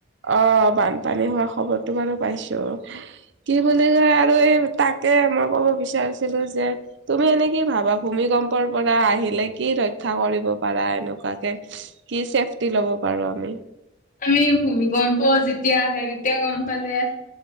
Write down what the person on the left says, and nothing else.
আমি ভূমিকম্প যেতিয়া আহে তেতিয়া গম পালে